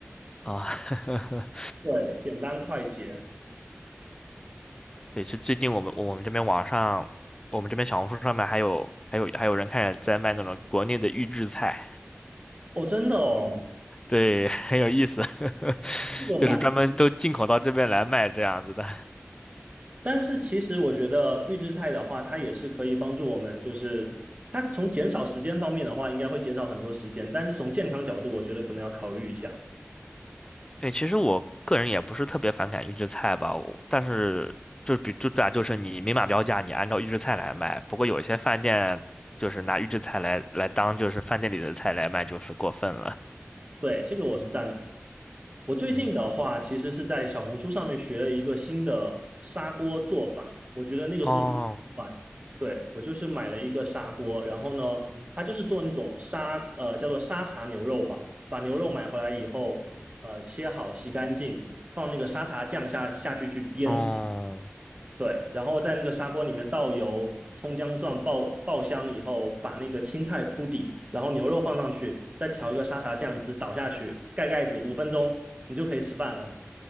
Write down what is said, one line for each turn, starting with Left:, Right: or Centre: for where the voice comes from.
Left: 啊。<laughs>
Right: 对，简单快捷。
Left: 对，是最近我们我们这边网上，我们这边小红书上面还有还有还有人开始在卖那种国内的预制菜，
Right: 哦，真的哦，
Left: 对，<laughs> 很有意思，<laughs>
Right: 这个蛮
Left: 就是专门都进口到这边来卖这样子的。
Right: 但是其实我觉得预制菜的话，它也是可以帮助我们，就是它从减少时间方面的话，应该会减少很多时间，但是从健康角度，我觉得可能要考虑一下。
Left: 对，其实我个人也不是特别反感预制菜吧，我但是就比就对啊，就是你明码标价，你按照预制菜来卖。不过有些饭店就是拿预制菜来来当就是饭店里的菜来卖，就是过分了。
Right: 对，这个我是赞同的。我最近的话，
Left: 对，
Right: 其实是在小红书上面学了一个新的砂锅做法，我觉得那个速度很快。
Left: 哦，
Right: 对，我就是买了一个砂锅，然后呢，它就是做那种沙，呃，叫做沙茶牛肉煲，把牛肉买回来以后，呃，切好洗干净，放那个沙茶酱下下去去腌制，
Left: 哦，
Right: 对，然后在那个砂锅里面倒油、葱姜蒜爆爆香以后，把那个青菜铺底，然后牛肉放上去，再调一个沙茶酱汁倒下去，盖盖子，五分钟你就可以吃饭了。